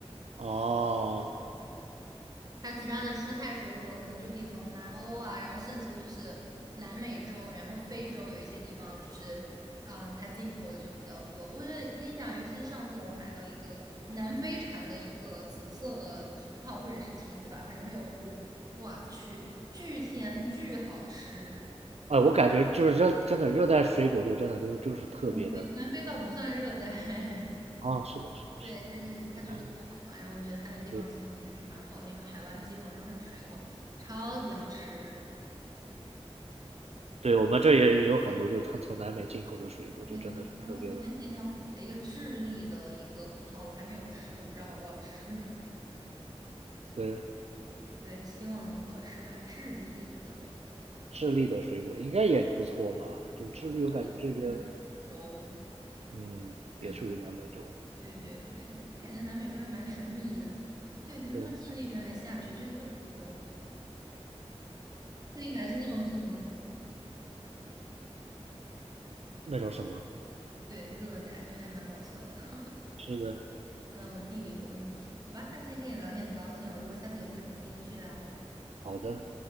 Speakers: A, on the right; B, on the right.
A: 哦，
B: 它其他的蔬菜水果，可能就可以从南欧啊，然后甚至就是南美洲，然后非洲有一些地方就是，嗯，它进口的就比较多。我觉得跟你讲，尤其是上次我买到一个南非产的一个紫色的葡萄或者是提子吧，反正没有核，我去，巨甜巨好吃。
A: 哎，我感觉就是热，真的热带水果就真的就是就是特别的
B: 南非南非倒不算热带。<laughs>
A: 啊、是的，是的是
B: 对，但是它就是靠海嘛，
A: 的，南美
B: 然后我觉得它那个地方气候应该就蛮好的一种海湾气候，
A: 对，
B: 然后那个水果超级好吃。
A: 对我们这也也有很多，就是它从南美进口的水果，
B: 对对，
A: 就真的是特别的。
B: 然后前几天我买了一个智利的一个葡萄，我还没有吃，我不知道好不好吃。<laughs>
A: 对，
B: 对，希望能好吃吧。智利的
A: 智利的水果应该也不错吧？就智利，
B: <laughs>，应该是南美洲。
A: 我感觉这边嗯也属于南美洲，
B: 嗯，对对对，就感觉南美洲还蛮神秘的。对，他们说智利居然还下雪，
A: 对，
B: 就是在我们智利还是那种什么，
A: 那种什么？
B: 对，热带，觉得还蛮搞笑的。<laughs>
A: 是的，
B: 看来我地理有问题。好吧，那今天跟你聊天很高兴哦，如果下次有机会我们可以继续聊哦。
A: 好的。